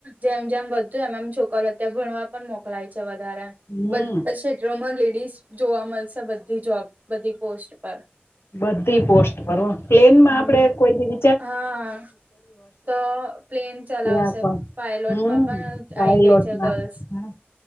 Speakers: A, on the right (about 45°); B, on the left (about 80°).
A: જેમ જેમ વ તો એમાંમ છોકરા અત્યારે ભણવા પણ મોકલાય છે વધારે
B: હમ
A: બધા ક્ષેત્રોમાં લેડીસ જોવા મળશે બધી જોબ બધી પોસ્ટ પર
B: બધી પોસ્ટ પર હો પ્લેન માં
A: હમ
B: આપડે કોઈ દિવ
A: હા તો પ્લેન ચલાવશે
B: ત્યાં પણ
A: પાયલોટમાં
B: હમ
A: પણ
B: પાયલોટમાં
A: આવી ગઈ છે ગર્લ્સ
B: હા